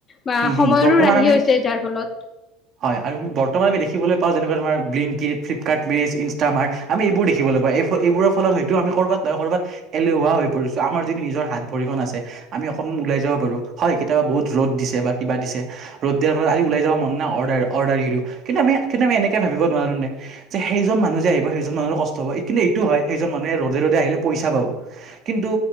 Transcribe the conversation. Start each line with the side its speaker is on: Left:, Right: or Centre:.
Left: বা
Right: হম, হম।
Left: সময়ৰো
Right: বৰ্তমান
Left: ৰাহি
Right: আমি!
Left: হৈছে যাৰ ফলত
Right: হয় আৰু বৰ্তমান আমি দেখিবলৈ পওঁ, যেনেকৈ আমাৰ ব্লিংকেড, ফিপকাৰ্ট মেজ, ইনষ্টামাৰট, আমি এইবোৰ দেখিবলৈ পওঁ, এইবোৰ ফলত হয়ত আমি ক'ৰবাত ক'বাত এলেহুৱা হৈ পৰিছোঁ, আমাৰ যদি নিজৰ হাত ভৰিখন আছে, আমি অকনমান ওলাই যাব পাৰোঁ, হয় কেতিয়াবা বহুত ৰ'দ দিছে। বা কিবা দিছে, ৰ'দ দিয়াৰ পৰা আজি উলাই যাব মন নাই, অ, অৰ্ডাৰ <unintelligible> কিন্তু আমি, আমি এনেকে ভাবিব নোৱাৰো। যে সেইজন মানুহ যে আহিব, সেইজন মানুহৰ কষ্ট হ'ব, কিন্তু এইটো হয়, সেইজন মানুহে ৰ'দে ৰ'দে আহিলে পইচা পাব। কিন্তু